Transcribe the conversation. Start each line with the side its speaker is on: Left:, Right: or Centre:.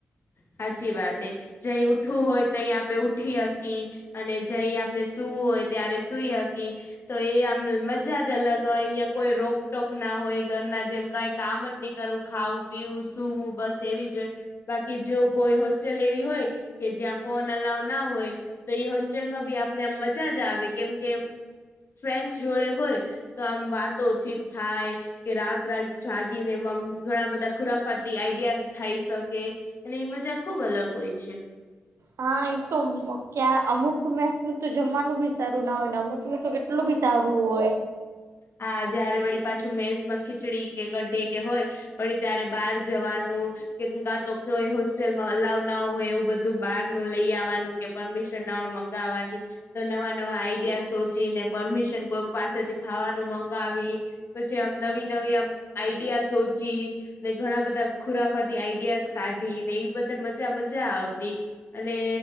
Left: સાચી વાત એ જઈ ઉઠવું હોય તહી આપે ઉઠી હકી અને જઈ આપને સુવું હોય ત્યારે સુઈ હકી તો એ આમ મજા જ અલગ હોય અહિયાં કોઈ રોકટોક ના હોય ઘરના જેમ કઈ કામ જ નહી કરવું ખાવું પીવું સૂવું બસ એવી જ કે જો કોઈ હોસ્ટેલ એવી હોય કે જ્યાં ફોન અલાઉ ના હોય તો ઈ હોસ્ટેલમાં ભી આપને આ મજા જ આવે કેમ કે ફ્રેન્ડસ જોડે હોય તો આમ વાતોચિત થાય કે રાત રાત જાગીને એમાં ઘણા બધા ખુરાફાતી આઈડિયાસ થાય શકે અને એ મજા ખુબ અલગ હોય છે.
Right: હા એક તો ક્યાં અમુક મેસ ન તો જમવાનું બી સારું ના હોય ને અમુક નું તો કે કેટલું બી સારુ હોય
Left: હા જયારે વળી પાછું મેસ માં ખીચડી કે ક્ઢી કે હોય વળી ત્યારે બહાર જવાનું કેમ કાતો કોઈ હોસ્ટેલમાં અલાવ ના હોય એવું બધું બહાર નું લઈ આવવાનું કે પરમિશન ન હોય મંગાવવાની તો નવા નવા આઈડિયા સોચીને પરમિશન કોઈક પાસેથી ખાવાનું મગાવી, પછી આમ નવી-નવી આમ આઈડિયા સોચી. ને ઘણા બધા ખુરાફાતી આઈડિયાઝ કાઢી ને, એવી બધી મજા મજા આવતી. અને